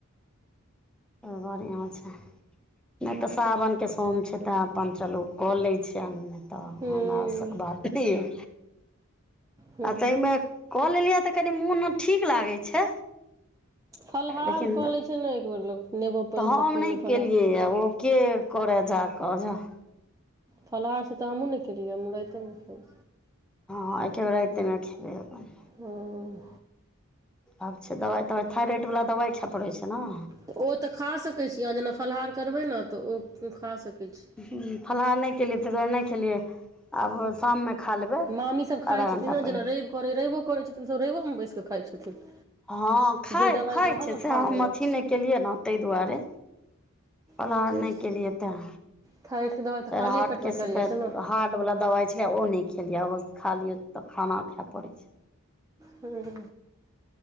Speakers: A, in the centre; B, on the right (about 15°).
A: त बढ़ियां छै। नहि तऽ सावनके सोम छै तैं अपन चलू कऽ लै छियनि। तऽ
B: हूँ
A: हम आसक
B: हूँ
A: बात नहि अय।
B: हूँ
A: आ तय मे कऽ लेलियै तऽ कनि मोन अब ठीक लागै छै।
B: फलहार
A: लेकिन
B: कऽ लैय छै ने एक बेेर लोक नेबो पानि
A: तऽ
B: सब
A: हम
B: पी लेलहुँ
A: नहि
B: फलाहार
A: केलियै य ओ के करै जा क जाह।
B: फलाहार से तऽ हमहुं नहि केलियै हमहुं राइतेमे खेबै।
A: हँँ एके बेेर राइते मे खेबै अपन।
B: हम्म
A: आब छै, दबाइ-तबाइ थाइरइड वला दबाइ खै पड़ै छै न।
B: त ओ तऽ खा सकै छी, अहाँ जेना फलाहार करबै न तऽ ओ खा सकै छी।
A: हूं फलाहार नहि केलियै तय दुवारे नहि खेलियै आब शाममे खा लेबै
B: मामीसब खाइ
A: आधा
B: छथिन
A: घण्टा
B: न,
A: पहिले
B: जेना रवि करै रवि करै छथिन ओ सब रविओ मे बैसि कऽ खाइ छथिन।
A: हँ खाय
B: जे दवाइ
A: खाइ
B: रहल
A: छै से
B: खा
A: हम
B: लेलहुँ
A: अथी नहि केलियै न तहि दुआरे। फलाहर
B: हूँ
A: नहि के लिए तें,
B: थाकि देबै तऽ
A: फेर
B: खालिए
A: हर्ट
B: पेटमे
A: के
B: खाएल
A: शिकायत
B: जाइ छै ने
A: हार्ट बला दवाइ छियै ओ ने खेलिआ खा लियै त खाना खैब पोड़ै,
B: हू